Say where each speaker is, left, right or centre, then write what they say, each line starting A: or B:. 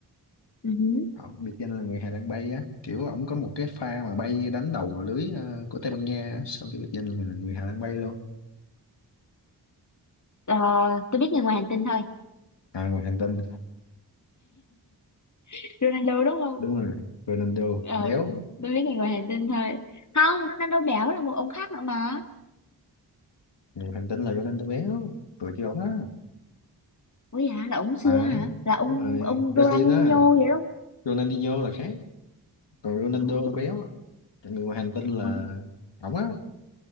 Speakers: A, on the left; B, on the left.
A: Ừ hứ.
B: Ờ, biệt danh là người Hà Lan bay á, kiểu ổng có một cái pha mà bay đánh đầu vào lưới ờ, của Tây Ban Nha á, xong cái biệt danh là người Hà Lan bay luôn.
A: Ờ, tôi biết người ngoài hành tinh thôi.
B: À ngoài hành tinh,
A: <laughs> Ronaldo đúng không?
B: đúng rồi, Ronaldo
A: ờ
B: béo,
A: tôi biết người ngoài hành tinh thôi không Ronaldo béo là một ông khác nữa mà
B: người hành tinh là Ronaldo béo, là kêu ổng đó.
A: ủa hả là ông xưa
B: À
A: hả là ông
B: đúng rồi,
A: ông
B: Brazil
A: Ronaldinho
B: đó,
A: vậy đó
B: Ronaldinho là khác, còn Ronaldo
A: ôi
B: là béo, á. còn người ngoài hành tinh là
A: ôi
B: ổng á,